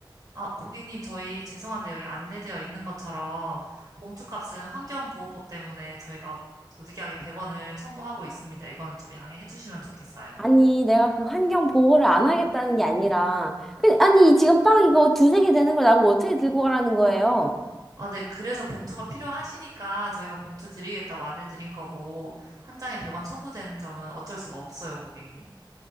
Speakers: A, on the right; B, in the centre.
A: 아, 고객님, 저희 죄송한데 여기 안내되어 있는 것처럼 봉투값은 환경보호법 때문에 저희가 부득이하게 100원을 청구하고 있습니다. 이거는 좀 양해해 주시면 좋겠어요.
B: 아니, 내가 그 환경 보호를 안 하겠다는 게 아니라, 그, 아니, 지금 빵 이거 두세 개 되는 걸 나보고 어떻게 들고 가라는 거예요?
A: 아, 네. 그래서 봉투가 필요하시니까 저희가 봉투 드리겠다고 안내 드린 거고 한 장에 100원 청구되는 점은 어쩔 수가 없어요, 고객님.